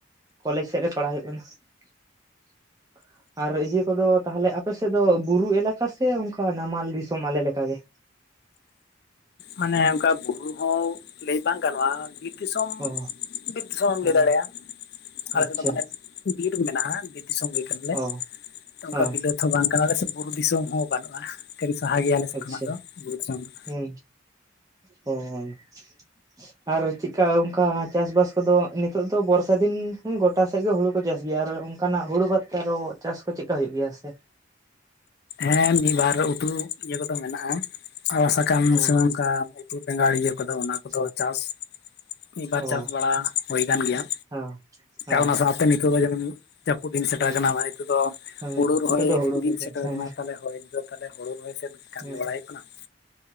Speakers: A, on the right (about 15°); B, on the left (about 50°).
A: ᱠᱚᱞᱮᱡᱽ ᱥᱮᱫ ᱨᱮ ᱯᱟᱲᱦᱟᱣ ᱦᱩᱭᱩᱜ ᱠᱟᱱᱟ ᱾ ᱟᱨ ᱤᱭᱟᱹ ᱠᱚ ᱫᱚ ᱛᱟᱦᱚᱞᱮ ᱟᱯᱮ ᱥᱮᱫ ᱫᱚ ᱵᱩᱨᱩ ᱮᱞᱟᱠᱟ ᱥᱮ, ᱚᱝᱠᱟ ᱱᱟᱢᱟᱞ ᱫᱤᱥᱚᱢ ᱟᱞᱮ ᱞᱮᱠᱟ ᱜᱮ?
B: ᱢᱟᱱᱮ ᱚᱝᱠᱟ ᱵᱩᱨᱩ ᱦᱚᱸ, ᱞᱟᱹᱭ ᱵᱟᱝ ᱜᱟᱱᱚᱜᱼᱟ, ᱵᱤᱨ ᱫᱤᱥᱚᱢ
A: ᱚ
B: ᱵᱤᱨ ᱫᱤᱥᱚᱢᱮ ᱮᱢ
A: ᱦᱮᱸ
B: ᱞᱟᱹᱭ ᱫᱟᱲᱮᱭᱟᱜᱼᱟ ᱾ ᱟᱞᱮ
A: ᱟᱪᱪᱷᱟ
B: ᱥᱮᱫ ᱫᱚ ᱢᱟᱱᱮ ᱵᱤᱨ ᱢᱮᱱᱟᱜᱼᱟ ᱵᱤᱨ ᱫᱤᱥᱚᱢ ᱜᱮ ᱠᱟᱱᱟ ᱞᱮ
A: ᱚ
B: ᱚᱝᱠᱟ
A: ᱦᱮᱸ
B: ᱵᱤᱞᱟᱹᱛ ᱛᱚ ᱵᱟᱝ ᱠᱟᱱᱟ ᱞᱮ ᱥᱮ ᱵᱩᱨᱩ ᱫᱤᱥᱚᱢ ᱦᱚᱸ ᱵᱟᱹᱱᱩᱜᱼᱟ, ᱠᱟᱹᱴᱤᱡ ᱥᱟᱦᱟ ᱜᱮᱭᱟ ᱟᱞᱮ ᱥᱮᱫ
A: ᱟᱪᱪᱷᱟ
B: ᱠᱷᱚᱱᱟᱜ ᱫᱚ ᱵᱩᱨᱩ ᱫᱤᱥᱚᱢ ᱫᱚ ᱾
A: ᱦᱩᱸ, ᱦᱩᱸ ᱦᱩᱸ ᱾ ᱟᱨ ᱪᱮᱫᱠᱟ ᱚᱝᱠᱟ ᱪᱟᱥ ᱵᱟᱥ ᱠᱚ ᱫᱚ ᱱᱤᱛᱚᱜ ᱫᱚ ᱵᱚᱨᱥᱟ ᱫᱤᱱ, ᱜᱚᱴᱟ ᱥᱮᱫ ᱜᱮ ᱦᱩᱲᱩ ᱠᱚ ᱪᱟᱥ ᱜᱮᱭᱟ ᱟᱨ ᱚᱝᱠᱟ ᱱᱟᱜ ᱦᱩᱲᱩ ᱵᱟᱫ ᱛᱮ ᱟᱨᱚ ᱪᱟᱥ ᱠᱚ ᱪᱮᱜᱠᱟ ᱦᱩᱭᱩᱜ ᱜᱮᱭᱟ ᱥᱮ?
B: ᱦᱮᱸ, ᱢᱤᱫ ᱵᱟᱨ ᱩᱛᱩ ᱤᱭᱟᱹ ᱠᱚ ᱫᱚ ᱢᱮᱱᱟᱜᱼᱟ ᱾ ᱟᱲᱟᱜ ᱥᱟᱠᱟᱢ
A: ᱚ
B: ᱥᱮ ᱚᱝᱠᱟ ᱩᱛᱩ ᱵᱮᱸᱜᱟᱲ ᱤᱭᱟᱹ ᱠᱚ ᱫᱚ ᱚᱱᱟ ᱠᱚ
A: ᱟᱪᱪᱷᱟ
B: ᱫᱚ ᱪᱟᱥ ᱢᱤᱫ ᱵᱟᱨ
A: ᱚ
B: ᱪᱟᱥ ᱵᱟᱲᱟ ᱦᱩᱭ ᱟᱠᱟᱱ ᱜᱮᱭᱟ
A: ᱦᱮᱸ ᱦᱮᱸ
B: ᱾ ᱚᱱᱟ ᱥᱟᱶᱛᱮ ᱱᱤᱛᱚᱜ ᱫᱚ ᱡᱮᱢᱚᱱ ᱡᱟᱯᱩᱫ ᱫᱤᱱ ᱥᱮᱴᱮᱨ
A: ᱦᱩᱸ
B: ᱟᱠᱟᱱᱟ ᱱᱤᱛᱚᱜ ᱫᱚ
A: ᱦᱮᱸ
B: ᱦᱩᱲᱩ ᱨᱚᱦᱚᱭ
A: ᱱᱤᱛᱚᱜ ᱫᱚ ᱦᱩᱲᱩ
B: ᱫᱤᱱ
A: ᱜᱮ ᱪᱟᱥ
B: ᱥᱮᱴ
A: ᱦᱮᱸ
B: ᱦᱚᱭ ᱛᱚ ᱛᱟᱦᱞᱮ ᱦᱩᱲᱩ ᱨᱚᱦᱚᱭ ᱥᱮᱫ ᱠᱟᱹᱢᱤ
A: ᱦᱮᱸ
B: ᱵᱟᱲᱟᱭ ᱦᱩᱭᱩᱜ ᱠᱟᱱᱟ ᱾